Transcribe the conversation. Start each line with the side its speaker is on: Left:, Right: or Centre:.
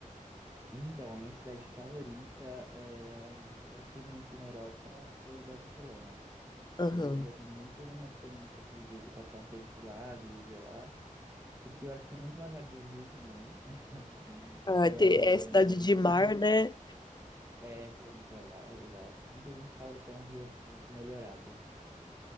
Right: Então, a minha cidade favorita, eh, das que eu conheci na Europa, foi Barcelona.
Left: Aham.
Right: E eu gostaria de ter muito de uma experiência, assim, de, de passar um tempo lá, de viver lá. Porque eu acho que tem muito uma vibe do Rio também. <laughs>
Left: Ah,
Right: Eh,
Left: tem, é cidade
Right: mu-
Left: de
Right: muita
Left: mar,
Right: gente,
Left: né?
Right: É, é litoral, exato. Muita gente fala que é um rio assim, melhorado. <laughs>